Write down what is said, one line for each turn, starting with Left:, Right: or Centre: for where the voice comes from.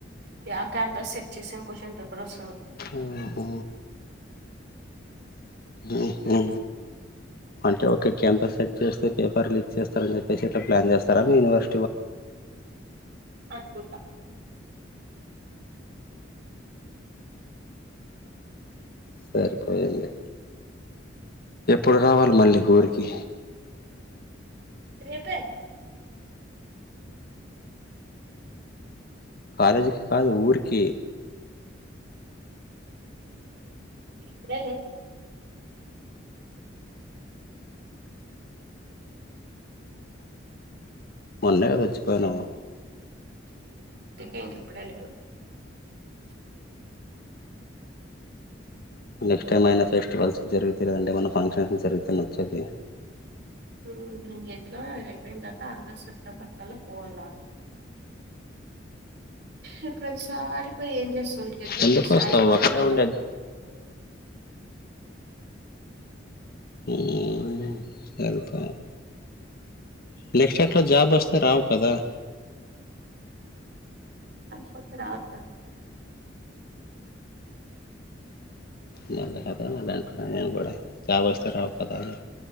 Right: ఆ క్యాంపస్ సెట్ చేసిన క్వశ్చన్ పేపర్ వస్తాదో
Left: ఉనా ఉహు అంటే ఒకే క్యాంపస్ సెట్ చేస్తే పేపర్లు లిక్ చేస్తారని చెప్పెసి ఇట్లా ప్లాన్ చేస్తారా యూనివర్
Right: అనుకుంటా
Left: సరిపోయింది ఎప్పుడు రావాలి మళ్ళీ ఊరికి
Right: రేపే
Left: కాలేజ్ కి కాదు ఊరికి
Right: ఇప్పుడే ను ఆ
Left: మొన్నే కదా వచ్చిపోయినాము
Right: ఏంటి ఇప్పుడేనా
Left: నెక్స్ట్ ఏమైనా ఫెస్టివల్స్ జరుగుతాయి కదండి ఏమన్న ఫంక్షన్స్ పెరుగుతేనే వచ్చెది
Right: ఉమ్ ఇంక ఎట్లా అది అయిపోయిన్తరత ఆగస్ట్ సెప్టెంబర్ కల్ల పోవల్ల సా ప్రతిసారి పోయి ఏం చేస్తవ్ ఎక్కడికి
Left: ఎందుకు
Right: ప్రతిసారే
Left: వస్తావు
Right: పార్టీ
Left: అక్కడే
Right: కెల్ల
Left: ఉండే
Right: <unintelligible>
Left: ఊమ్ ఎల్త నేక్సలేట్లో జాబ్ వస్తే రావు కదా <inaudible>
Right: కొడితే రాకు మరి
Left: మ కదా మళ్ళ అనుకున్నాను నేను కూడ జాబ్ వస్తే రావు కదా అని